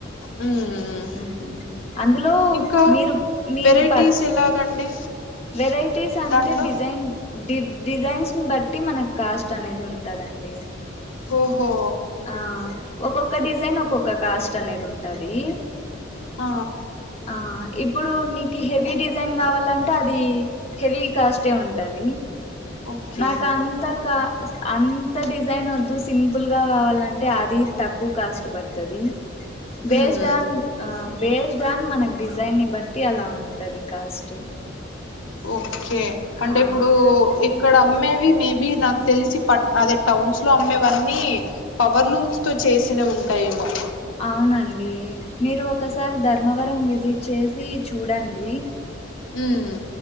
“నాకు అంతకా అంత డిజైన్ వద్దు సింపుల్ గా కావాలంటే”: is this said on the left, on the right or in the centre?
Left